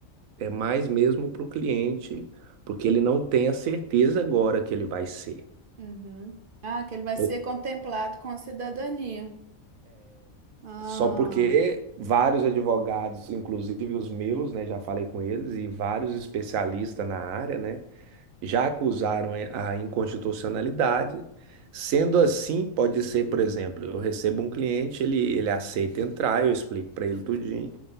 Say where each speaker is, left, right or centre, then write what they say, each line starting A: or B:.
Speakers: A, on the right; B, on the right.
A: é mais mesmo para o cliente, porque ele não tem a certeza agora que ele vai ser.
B: Uhum. Ah, que ele vai
A: Ou-
B: ser contemplado com a cidadania. Ah,
A: Só porque vários advogados, inclusive os meus, né, já falei com eles, e vários especialistas na área, né, já acusaram a inconstitucionalidade. Sendo assim, pode ser, por exemplo, eu recebo um cliente, ele, ele aceita entrar, eu explico para ele tudinho.